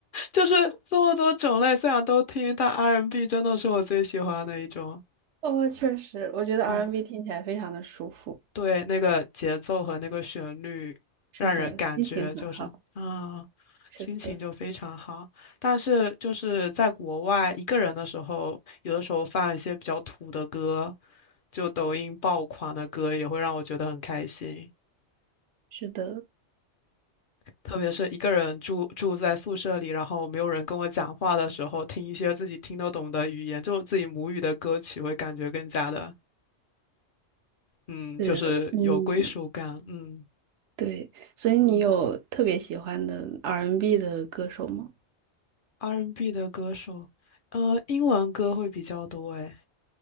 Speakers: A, on the left; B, on the right.
A: 就是这么多种类，虽然都听，但 R&B N 真的是我最喜欢的一种。
B: 哦，确实，我觉得
A: 对
B: R&B n 听起来非常的舒服。
A: 对，那个节奏和那个旋律，
B: 是的，
A: 让人感觉就是嗯，
B: 心情很好。是的，
A: 心情就非常好。但是就是在国外一个人的时候，有的时候放一些比较土的歌，就抖音爆款的歌，也会让我觉得很开心。
B: 是的，
A: 特别是一个人住住在宿舍里，然后没有人跟我讲话的时候，听一些自己听得懂的语言，就自己母语的歌曲，会感觉更加的，嗯，
B: 是的，
A: 就是有归属感。
B: 嗯，
A: 嗯
B: 对。所以你有特别喜欢的
A: 嗯
B: R&B n 的歌手吗？
A: ，R&B 的歌手，呃，英文歌会比较多。诶，